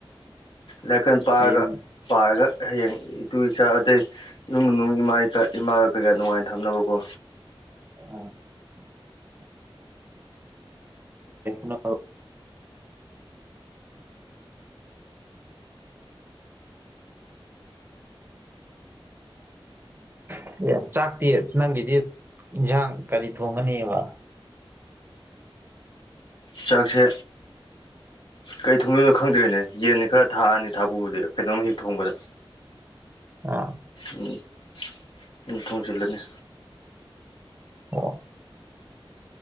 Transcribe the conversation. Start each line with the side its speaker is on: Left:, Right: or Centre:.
Left: ꯂꯥꯏꯀꯟ ꯄꯥꯔꯒ
Right: ꯍꯌꯦꯡ
Left: ꯄꯥꯔꯒ ꯍꯌꯦꯡ ꯇꯨ ꯏꯆꯥ ꯑꯗꯇꯩ ꯏꯃꯨꯡ ꯃꯅꯨꯡ ꯏꯃꯥ ꯏꯃꯥꯒ ꯀꯩꯀ ꯅꯨꯡꯉꯥꯏꯅ ꯊꯝꯅꯕꯀꯣ
Right: ꯑ ꯅ ꯆꯥꯛ ꯆꯥꯛꯇꯦ ꯅꯪꯒꯤꯗꯤ ꯏꯟꯁꯥꯡ ꯀꯔꯤ ꯊꯣꯡꯒꯅꯦꯕ
Left: ꯆꯥꯛꯁꯦ ꯀꯩ ꯊꯣꯡꯗꯣꯏꯅꯣ ꯈꯪꯗ꯭ꯔꯦꯅꯦ ꯌꯦꯟꯅꯤ ꯈꯔ ꯊꯥꯛꯑꯅꯤ ꯊꯥꯛꯄꯨꯕꯨꯗꯤ ꯀꯩꯅꯣꯝꯃ ꯍꯦꯛ ꯊꯣꯡꯕꯗ
Right: ꯑ
Left: ꯎꯝ ꯎꯝ ꯊꯣꯡꯁꯤꯜꯂꯅꯤ
Right: ꯑꯣ